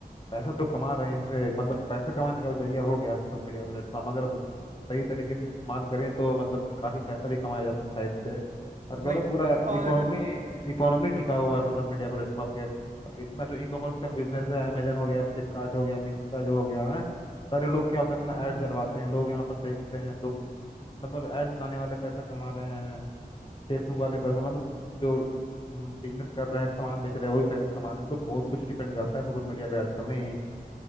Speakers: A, on the left; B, on the right.
A: पैसा तो कमा रहे हैं इनसे मतलब पैसा कमाने का जरिया हो गया सोशल मीडिया प्लेटफॉर्म अगर सही तरीके से इस्तेमाल करें तो मतलब काफी पैसा भी कमाया जा सकता है इससे और कह
B: वही
A: लो पूरा
B: और
A: इकोनॉमी इकोनॉमी टिका हुआ है सोशल मीडिया प्लेटफॉर्म के अब इतना जो ई कॉमर्स का बिजनेस है अमेजन हो गया फ्लिपकार्ट हो गया मिंत्रा जो हो गया है सारे लोग क्या होता है अपना
B: हम्म,
A: ऐड चलवाते हैं लोग यहाँ पर देखते हैं तो मतलब ऐड चलाने वाले पैसा कमा रहे हैं फेसबुक वाले पैसा मतलब जो बिजनेस कर रहे हैं सामान बेच रहे हैं वही पैसा कमा रहे हैं तो बहुत कुछ डिपेंड करता है सोशल मीडिया पे आजकल नहीं